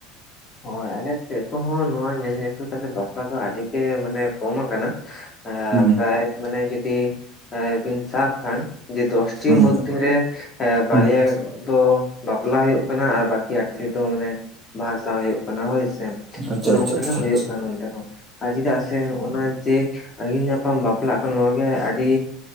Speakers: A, on the left (about 25°); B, on the right (about 20°).
A: ᱦᱳᱭ ᱟᱞᱮ ᱥᱮᱫ ᱠᱚᱦᱚᱸ ᱱᱚᱣᱟ ᱧᱮᱞ ᱧᱮᱯᱮᱞ ᱠᱟᱛᱮᱜ ᱵᱟᱯᱞᱟ ᱫᱚ ᱟᱹᱰᱤᱜᱮ ᱢᱟᱱᱮ ᱠᱚᱢ ᱟᱠᱟᱱᱟ᱾ ᱮᱸ
B: ᱦᱩᱸ᱾
A: ᱯᱨᱟᱭ ᱢᱟᱱᱮ ᱡᱩᱫᱤ ᱵᱤᱱ ᱥᱟᱵ ᱠᱷᱟᱱ ᱡᱮ ᱫᱚᱥ ᱴᱤ
B: ᱦᱩᱸ
A: ᱢᱚᱫᱫᱷᱮ ᱨᱮ ᱵᱟᱨᱭᱟ,
B: ᱦᱩᱸ
A: ᱫᱚ ᱵᱟᱯᱞᱟ ᱦᱩᱭᱩᱜ ᱠᱟᱱᱟ᱾ ᱟᱨ ᱵᱟᱠᱤ ᱟᱴᱴᱤ ᱫᱚ ᱢᱟᱱᱮ ᱵᱟᱷᱟ ᱥᱟᱦᱟ ᱦᱩᱭᱩᱜ ᱠᱟᱱᱟ ᱦᱳᱭᱥᱮ᱾
B: ᱟᱪᱪᱷᱟ
A: ᱚᱱᱮ
B: ᱟᱪᱪᱷᱟ
A: ᱚᱱᱠᱟᱜᱮ
B: ᱟᱪᱪᱷᱟ ᱟᱪᱪᱷᱟ
A: ᱦᱩᱭᱩᱜ ᱠᱟᱱᱟ ᱚᱱᱛᱮ ᱦᱚᱸ᱾ ᱟᱨ ᱪᱮᱫᱟᱜ ᱥᱮ ᱱᱚᱜᱼᱚ ᱱᱟ ᱡᱮ, ᱟᱹᱜᱤᱞ ᱧᱟᱯᱟᱢ ᱵᱟᱯᱞᱟᱜ ᱠᱚ ᱱᱚᱣᱟ ᱜᱮ ᱟᱹᱰᱤ,